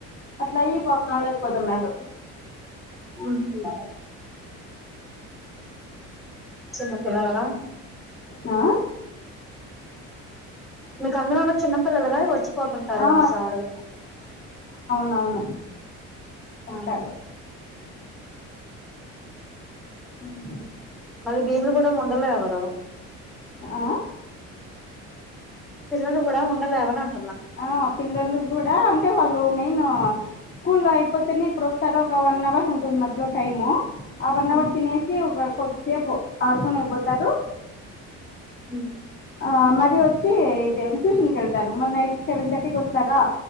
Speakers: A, on the left (about 30°); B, in the centre.
A: అట్లా అయి పాపమ్ రాలేకపోతున్నాడు
B: ఉమ్ చిన్న పిల్లలదా
A: ఆ
B: మీకందులోను చిన్నపిల్లలుగా వచ్చిపోతుంటారేమో
A: ఆ
B: మీ సారు
A: అవును
B: హ్మ్.
A: ఒస్తాడు ఉమ్
B: వీళ్లు గూడా ఉండలే ఎవరు
A: ఆ
B: పిల్లలు గూడా ఉండలే ఎవరన్
A: ఆ పిల్లలు గూడా అంటే వాళ్ లో మెయిన్ స్కూల్ అయిపోతేనే ఇప్పుడోవస్తార ఒక వన్ అవర్ ఉంటుంది మధ్యలో టైమ్ ఆఫ్ న్
B: హ్మ్
A: అవర్ తినేసి ఒక కొద్దిసేపు ఆడుకోనేకిపోతారు
B: హ్మ్
A: ఆ మరీ వచ్చి ఇది ట్యూషన్కెళ్తారు, మళ్ళీ నైట్ సెవెన్ థర్టీకొస్తారా